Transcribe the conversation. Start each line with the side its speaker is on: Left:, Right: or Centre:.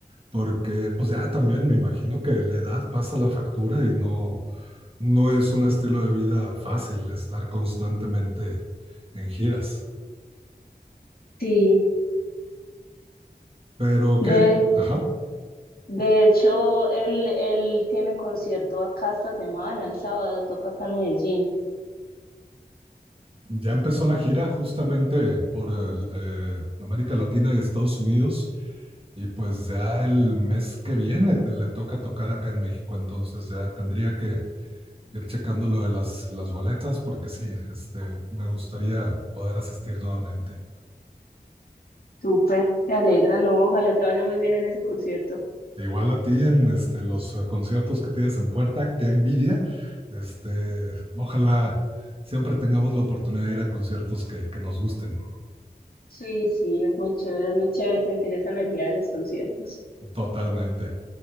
Right: porque pues ya también me imagino que la edad pasa la factura y no, no es un estilo de vida fácil estar constantemente en giras.
Left: Sí,
Right: Pero,
Left: de,
Right: ¿qué? Ajá.
Left: de hecho, él, él tiene concierto acá esta semana, el sábado toca acá en Medellín.
Right: Ya empezó la gira justamente por el, eh, América Latina y Estados Unidos y pues ya el mes que viene le toca tocar acá en México, entonces ya tendría que ir checando lo de las, las boletas porque sí, este, me gustaría poder asistir nuevamente.
Left: Súper, me alegra, no, ojalá te vaya muy bien en ese concierto.
Right: Igual a ti en este, los eh, conciertos que tienes en puerta, qué envidia. Este, ojalá siempre tengamos la oportunidad de ir a conciertos que, que nos gusten
Left: Sí, sí, es muy chévere, es muy chévere sentir esa energía en los conciertos.
Right: totalmente.